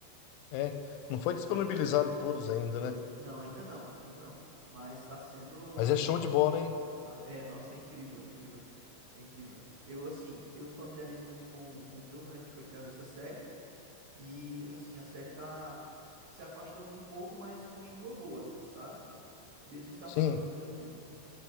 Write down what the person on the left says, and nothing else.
É, não foi disponibilizado todos ainda, né?
Mas
é show
de bola, hein?
Sim.